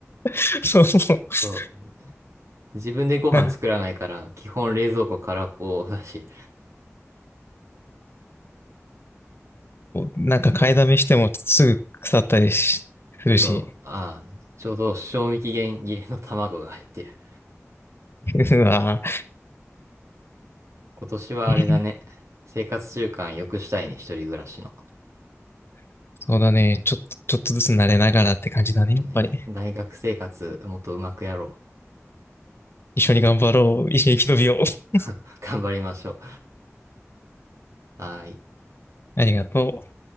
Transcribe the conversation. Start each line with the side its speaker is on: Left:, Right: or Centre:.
Left: <laughs> そうそう。そ
Right: そう。自分でご飯作らないから、
Left: う
Right: 基本冷蔵庫空っぽだし。
Left: なんか買いだめしてもすぐ腐ったりしするし。
Right: そう。ああ、ちょうど賞味期限切れの卵が入ってる。
Left: <laughs> うわ
Right: 今年はあれだね。
Left: ぁ
Right: 生活習慣良くしたいね、一人暮らしの。
Left: <laughs> そうだね。ちょっと、ちょっとずつ慣れながらって感じだね、やっぱり。
Right: ね、大学生活もっとうまくやろ
Left: 一緒に頑張ろう。一緒に生き延びよう。
Right: う。<laughs> 頑張りましょう。はーい。
Left: <laughs> ありがとう。